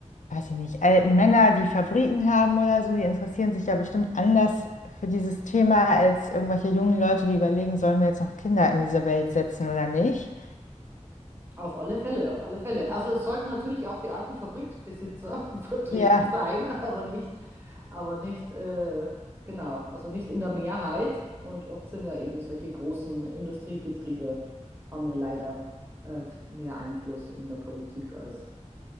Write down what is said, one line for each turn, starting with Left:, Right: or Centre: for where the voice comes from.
Left: weiß ich nicht, alten Männer, die Fabriken haben oder so, die interessieren sich ja bestimmt anders für dieses Thema als irgendwelche jungen Leute, die überlegen, sollen wir jetzt noch Kinder in diese Welt setzen oder nicht?
Right: Auf alle Fälle, auf alle Fälle. Also es sollten natürlich auch die alten Fabriksbesitzer <laughs> vertreten
Left: Ja,
Right: sein, aber nicht, aber nicht, äh, genau, also nicht in der Mehrheit. Und oft sind ja eben solche großen Industriebetriebe, haben ja leider äh, mehr Einfluss in der Politik als,